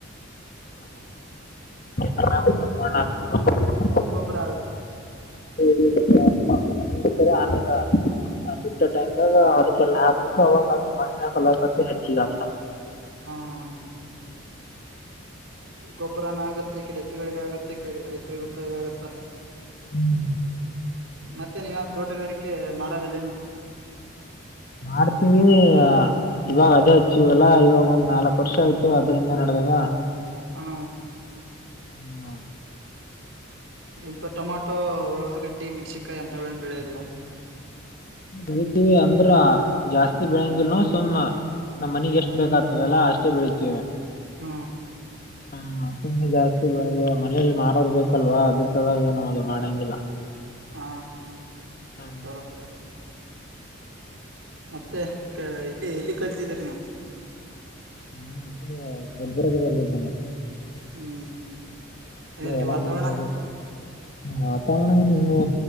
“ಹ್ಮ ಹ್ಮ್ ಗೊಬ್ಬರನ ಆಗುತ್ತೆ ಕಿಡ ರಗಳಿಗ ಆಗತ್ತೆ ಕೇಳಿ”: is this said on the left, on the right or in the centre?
Right